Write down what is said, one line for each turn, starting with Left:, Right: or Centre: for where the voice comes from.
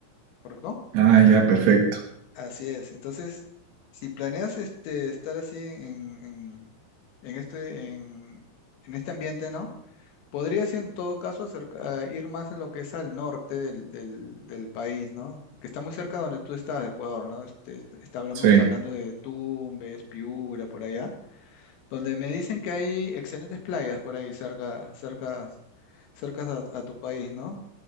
Left: ¿correcto?
Right: Ah, ya, perfecto.
Left: Así es. Entonces, si planeas este, estar así en, en- en- este, en, en este ambiente, ¿no? Podrías en todo caso acerca- a ir más en lo que es al norte del, del- del país, ¿no? Que está muy cerca de donde tú estás, de Ecuador, ¿no? Este, est- está- hablamos
Right: Sí.
Left: hablando de Tumbes, Piura, por allá donde me dicen que hay excelentes playas por ahí cerca, cerca, cerca a, a tu país, ¿no?